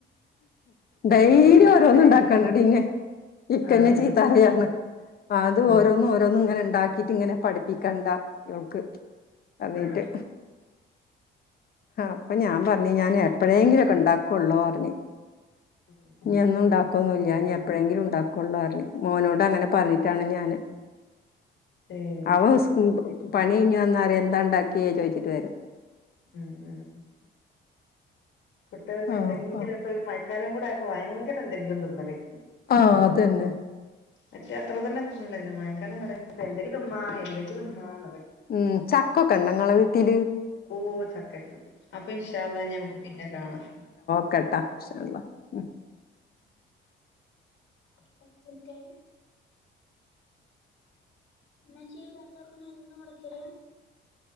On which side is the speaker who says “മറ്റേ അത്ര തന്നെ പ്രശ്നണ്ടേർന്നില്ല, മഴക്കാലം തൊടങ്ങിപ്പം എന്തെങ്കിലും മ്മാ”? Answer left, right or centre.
Left